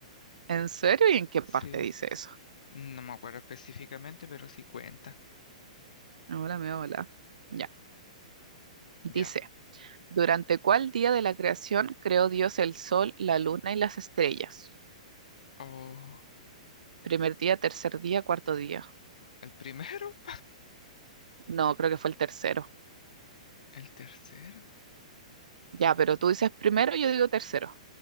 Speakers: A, on the right (about 85°); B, on the left (about 80°).
A: ¿En serio? ¿Y en qué
B: Sí.
A: parte dice eso?
B: No me acuerdo específicamente, pero sí cuenta.
A: Hola, me hola. Ya. Dice.
B: Ya.
A: ¿Durante cuál día de la creación creó Dios el sol, la luna y las estrellas?
B: Oh,
A: Primer día, tercer día, cuarto día.
B: ¿el primero?
A: No, creo que fue el tercero.
B: <laughs> ¿El tercero?
A: Ya, pero tú dices primero, yo digo tercero.